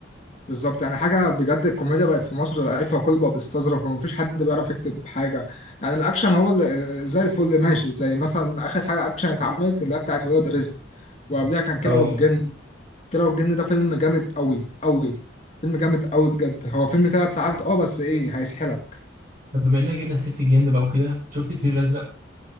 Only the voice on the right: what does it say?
اه
طب بما اننا جبنا سيرة الجن بقى وكده شفت الفيل الازرق